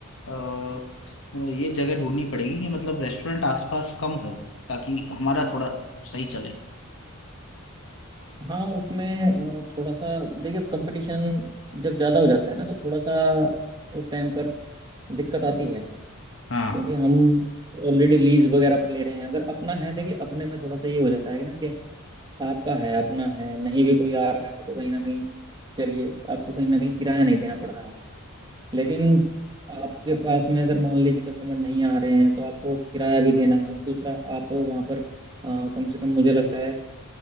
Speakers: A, on the left (about 60°); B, on the right (about 20°).
A: अ, ये जगह ढूंढनी पड़ेगी कि मतलब रेस्टोरेंट आसपास कम हो ताकि हमारा थोड़ा सही चले
B: हाँ उसमें अ, थोड़ा सा देखिए कंपटीशन जब ज़्यादा हो जाता है ना तो थोड़ा सा उस टाइम पर दिक्कत आती है
A: हाँ
B: क्योंकि हम ऑलरेडी लीज वगैरह पर ले रहे हैं अगर अपना है देखिए अपने में थोड़ा सा ये हो जाता है कि ना कि आपका है अपना है नहीं भी कोई आ रहा है तो कहीं ना कहीं चलिए आपको कहीं ना कहीं किराया नहीं देना पड़ रहा है लेकिन आपके पास में अगर मान लीजिए कस्टमर नहीं आ रहे हैं तो आपको किराया भी देना है दूसरा आप वहाँ पर अ, कम से कम मुझे लगता है